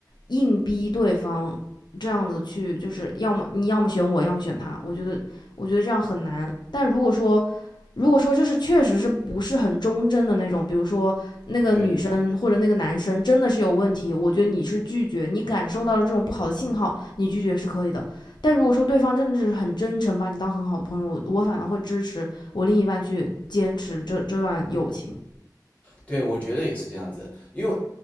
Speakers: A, on the left; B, on the left.
A: 硬逼对方这样子去，就是要么你要么选我，要么选他。我觉得，我觉得这样很难。但如果说，如果说就是确实是不是很忠贞的那种，比如说那个女生或者那个男生真的是有问题，
B: 对，
A: 我觉得你是拒绝，你感受到了这种不好的信号，你拒绝是可以的。但如果说对方真的是很真诚，把你当很好的朋友，我反而会支持我另一半去坚持这这段友情。
B: 对，我觉得也是这样子，因为